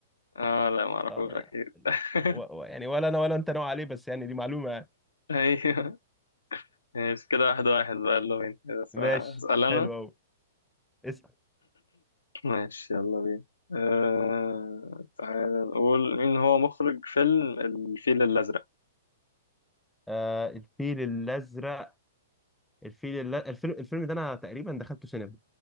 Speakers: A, on the left; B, in the centre.
A: اه لا ما اعرفوش
B: اه انا
A: اكيد <laughs>
B: و... و... يعني ولا انا ولا انت نوع عليه بس يعني دي معلومة يعني.
A: ايوه ماشي كده واحد واحد بقى يلا بينا بس،
B: ماشي
A: آه، هسأل انا
B: حلو قوي اسأل
A: ماشي يلا بينا آه... تعالى نقول مين هو مخرج فيلم الفيل الأزرق
B: آه الفيل الازرق الفيل الل... الفيلم الفيلم ده انا تقريبا دخلته سينما